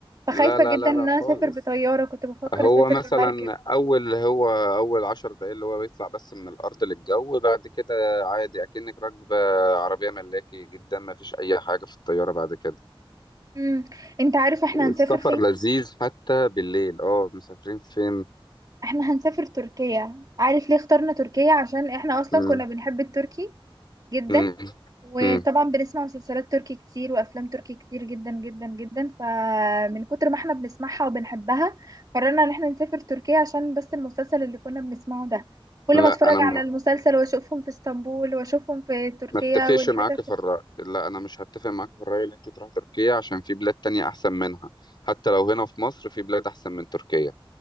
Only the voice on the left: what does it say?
لا لا
لا
لا خالص
هو
مثلا
أول هو أول عشر دقايق اللي هو بيطلع بس من الأرض للجو بعد كده عادي أكنك راكبة عربية ملاكي جدا ما فيش أي حاجة في الطيارة بعد كده
والسفر
لذيذ حتى بالليل اه مسافرين فين
مم.
مم.
مم.
لا
انا
م-
ما اتفقش
معاك في الرأي لا انا مش هتفق معاك في الرأي اللي انت تروح تركيا عشان في بلاد تانية احسن منها حتى لو هنا في مصر في بلاد احسن من تركيا